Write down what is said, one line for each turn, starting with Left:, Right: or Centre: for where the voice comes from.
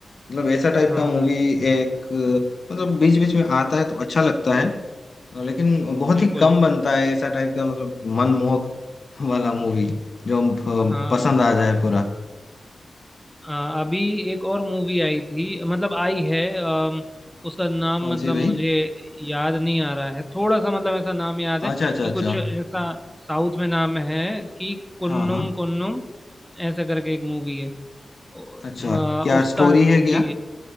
Left: मतलब ऐसा टाइप
Centre: हाँ
Left: का मूवी
Centre: हाँ
Left: एक मतलब बीच बीच में आता है तो अच्छा लगता है लेकिन बहुत
Centre: बिल्कुल
Left: ही कम बनता है ऐसा टाइप का मतलब मनमोहक वाला मूवी जो अ,
Centre: हाँ
Left: पसंद आ जाए पूरा
Centre: अ, अभी एक और मूवी आई थी मतलब आई है अम, उसका नाम
Left: कौन
Centre: मतलब
Left: सी भाई
Centre: मुझे याद नहीं आ रहा है थोड़ा सा मतलब ऐसा नाम याद है
Left: अच्छा अच्छा
Centre: कि
Left: अच्छा
Centre: कुछ ऐसा साउथ में नाम है कि कुन्नुम
Left: हाँ हाँ
Centre: कुन्नुम ऐसा करके एक मूवी है ओ,
Left: अच्छा
Centre: अ,
Left: क्या
Centre: उसका
Left: स्टोरी
Centre: जी
Left: है क्या